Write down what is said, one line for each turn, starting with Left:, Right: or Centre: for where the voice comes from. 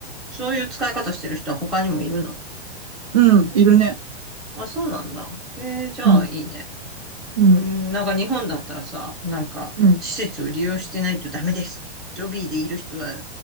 Centre: そういう使い方してる人は他にもいるの。
Right: うん、いるね。
Centre: あ、そうなんだ。へえ、じゃあいいね。
Right: うん、うん、
Centre: うん、なんか日本だったらさ、なんか施設を利用してないとダメです。
Right: うん、
Centre: ロビーでいる人は